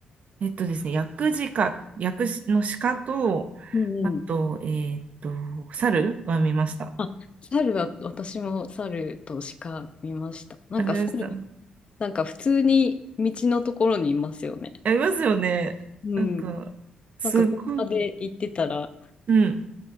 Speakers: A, on the right; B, on the left.
A: えっとですね、薬事か、薬師の鹿と、
B: うんうん。
A: あと、えーっと、猿は見ました。
B: あ、猿は、私も猿と鹿見ました。なんか猿
A: あ見ました。あ
B: なんか普通に道のところにいますよね。
A: りますよね。
B: うん。
A: なんか、すっごい、
B: なんか車で行ってたら、
A: うん、